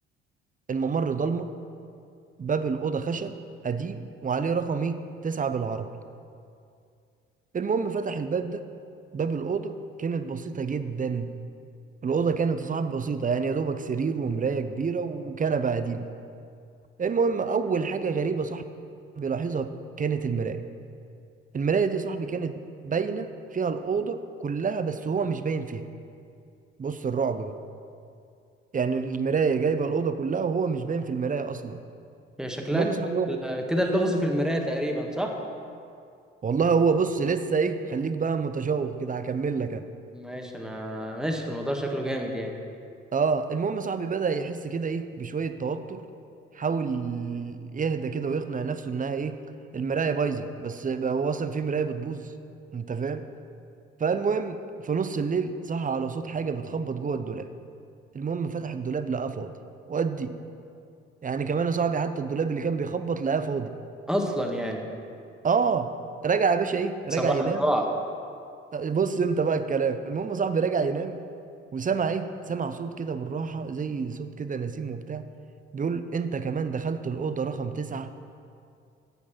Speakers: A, on the right (about 25°); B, in the centre.
A: الممر ضلمه باب الاوضه خشب قديم وعليه رقم ايه تسعة بالعربي المهم فتح الباب ده باب الأوضة كانت بسيطة جدا الأوضة كانت صعب بسيطة يعني يا دوبك سرير ومراية كبيرة وكنبة قديمة المهم أول حاجة غريبة صاحبي لاحظها كانت المراية المراية دي صاحبي كانت باينة فيها الأوضة كلها بس هو مش باين فيها بص الرعب بقى يعني المراية جايبة الأوضة كلها وهو مش باين في المراية أصلا
B: هي شكلها
A: المهم
B: كده
A: صاحبي هو
B: كده اللغز في المراية تقريبا صح
A: والله هو بص لسه إيه خليك بقى متشوق كده هكمل لك أنا
B: ماشي انا ماشي الموضوع شكله جامد يعني
A: اه المهم صاحبي بدأ يحس كده ايه بشوية توتر حاول يهدى كده ويقنع نفسه انها ايه المراية بايظة بس بقى هو اصلا في مراية بتبوظ انت فاهم فالمهم في نص الليل صحى على صوت حاجة بتخبط جوه الدولاب المهم فتح الدولاب لقاه فاضي ودي يعني كمان يا صاحبي حتى الدولاب اللي كان بيخبط لقاه فاضي
B: اصلا يعني
A: اه رجع يا باشا ايه
B: صباح
A: رجع ينام
B: الرعب
A: بص انت بقى الكلام المهم صاحبي رجع ينام وسمع ايه سمع صوت كده بالراحة زي صوت كده نسيم وبتاع بيقول انت كمان دخلت الأوضة رقم تسعة